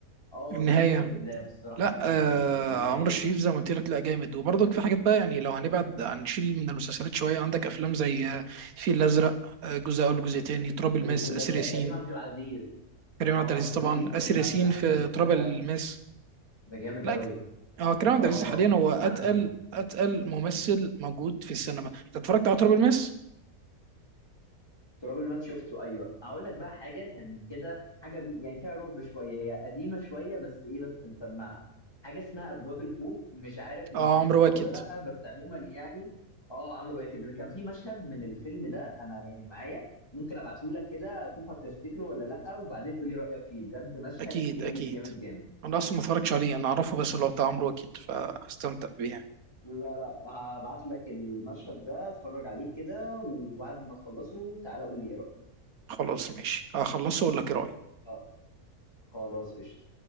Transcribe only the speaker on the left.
اه
شفت كفر دلهاب الصراحه
جامد
جدا النهايه
الفيل
الازرق
كريم عبد العزيز
اه
هتقول
لي
كريم
عبد العزيز
ده
ده جامد
قوي
اه
عارفه
تراب الماس شفته ايوه هقول لك بقى حاجه كان كده حاجه يعني فيها رعب شويه هي قديمه شويه بس ايه بس مسمعه حاجه اسمها ابواب الخوف مش عارف انت
شفته
ولا لا بس عموما يعني اه عملوا ايه كده كان في مشهد من الفيلم ده انا يعني معايا ممكن ابعته لك كده شوف هتفتكره ولا لا وبعدين قول لي رايك فيه بجد مشهد
جامد
جامد جامد
لا لا هبعت لك المشهد ده اتفرج عليه كده وبعد ما تخلصه تعالى قول لي ايه رايك
اه خلاص قشطة